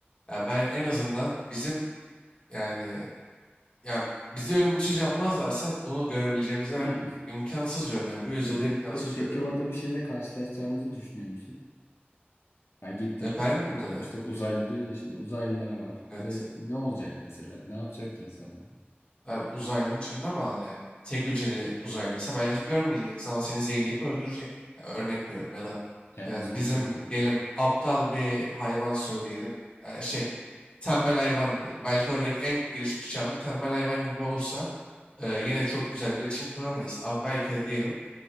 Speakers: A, on the left; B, on the left.
A: Ya ben en azından bizim yani ya bizi ölümsüz yapmazlarsa bunu görebileceğimizi
B: <laughs>
A: ben imkansız diyorum. Yani bu yüzyılda
B: Pe- pe-
A: imkansız
B: pe- peki
A: görüyorum.
B: orada bir şeyle karşılaşacağımızı düşünüyor musun? Ya gittik
A: E ben
B: atıyorum
A: e,
B: işte uzaylı diyoruz ya şimdi uzaylılar var
A: evet.
B: ve ne olacak mesela? Ne yapacak ki insanlar?
A: Abi uzaylının türüne bağlı yani. Tek hücreli uzaylıysa belki görmeyeceksin ama seni zehirleyip öldürecek. Ya örnek veriyorum ya da
B: Kendini
A: e,
B: savunacak
A: bizim
B: belki
A: diyelim
B: de.
A: aptal bir hayvan söyleyelim. E, şey tembel hayvan diyelim. Belki oradaki en gelişmiş canlı tembel hayvan gibi olursa e, yine çok güzel bir iletişim kuramayız. Ama belki de diyelim